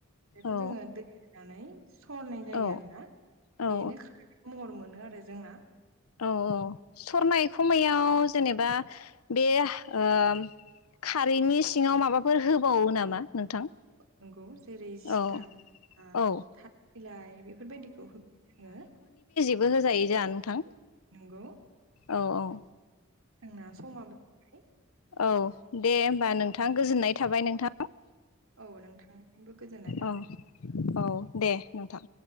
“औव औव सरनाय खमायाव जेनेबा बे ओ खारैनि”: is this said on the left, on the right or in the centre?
Left